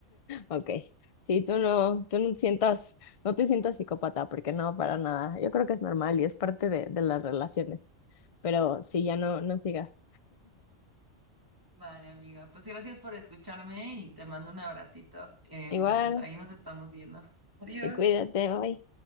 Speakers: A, on the left (about 50°); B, on the right (about 15°).
A: Ok, sí, tú no, tú no sientas, no te sientas psicópata, porque no, para nada. Yo creo que es normal y es parte de, de las relaciones. Pero sí, ya no, no sigas.
B: Vale, amiga. Pues gracias por escucharme y te mando un abracito. Em,
A: Igual,
B: pues ahí nos estamos viendo. Adiós.
A: y cuídate, bye.